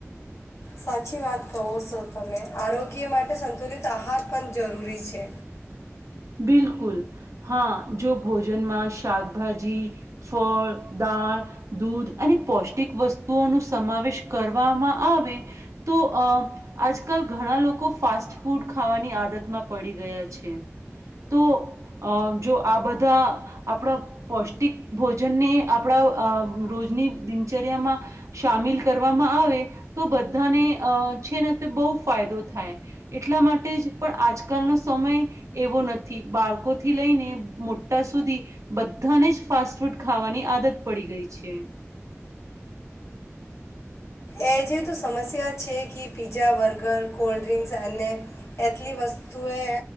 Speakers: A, on the left; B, on the right.
A: સાચી વાત કહો છો તમે. આરોગ્ય માટે સંતુલિત આહાર પણ જરૂરી છે.
B: બિલકુલ હા. જો ભોજનમાં શાકભાજી, ફળ, દાળ, દૂધ અને પૌષ્ટિક વસ્તુઓ ન સમાવેશ કરવામાં આવે, તો અહ આજકાલ ઘણા લોકો ફાસ્ટ ફૂડ ખાવાની આદતમાં પડી ગયા છે. તો અહ જો આ બધા આપડા પૌષ્ટિક ભોજનને આપડા અહ રોજની દિનચર્યામાં સામેલ કરવામાં આવે, તો બધાને અહ છે ને તે બહુ ફાયદો થાય. એટલા માટે જ પણ આજકાલનો સમય એવો નથી. બાળકોથી લઈને મોટા સુધી, બધાને જ ફાસ્ટ ફૂડ ખાવાની આદત પડી ગઈ છે.
A: એ જે તો સમસ્યા છે કે પીઝા, બર્ગર, કોલ્ડ ડ્રીક્સ અને એટલી વસ્તુએ